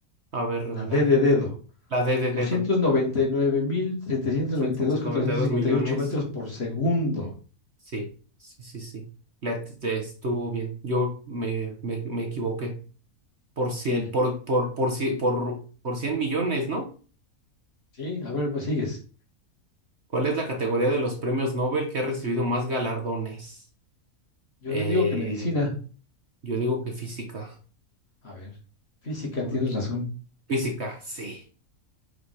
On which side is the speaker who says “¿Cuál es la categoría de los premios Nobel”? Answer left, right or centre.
Right